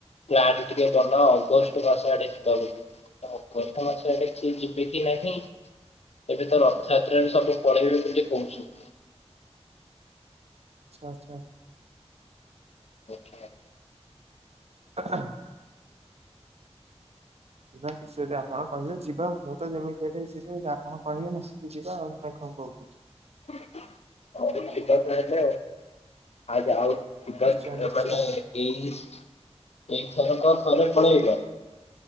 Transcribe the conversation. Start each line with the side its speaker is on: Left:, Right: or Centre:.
Left: ପ୍ଲାନ୍ ଟିକେ ବନା ଅଗଷ୍ଟ ମାସ ଆଡେ ଯିବା ବୋଲି। ଅଗଷ୍ଟ୍ ମାସ ଆଡେ କିଏ ଯିବେ କି ନାହିଁ? ଏବେ ତ ରଥଯାତ୍ରାରେ ସବୁ ପଳେଇବେ ବୋଲି କହୁଛନ୍ତି।
Right: ଆଛା ଆଛା।
Left: ଆଛା ଆ
Right: ଆହଁ ଆହ। ଯିବା କିଛି ଯଦି ଆପଣ କହିବେ ଯିବା ମୁଁ ତ ଯେମିତି ହେଲେ ଯିବି, ଯଦି ଆପଣ କହିବେ ମିଶିକି ଯିବା ଆଉ ନା କଣ୍? କଣ୍ କହୁଚନ୍ତି?
Left: ଦସମିନିଟି କଥା ହେଲେ ଆଉ ଆ ଆଉ କିଟ
Right: ନିଶ୍ଚୟ ନିଶ୍ଚୟ
Left: ମାନେ ଏଇ ଏଥ ରକ <unintelligible> ତମେ ପଳେଇବ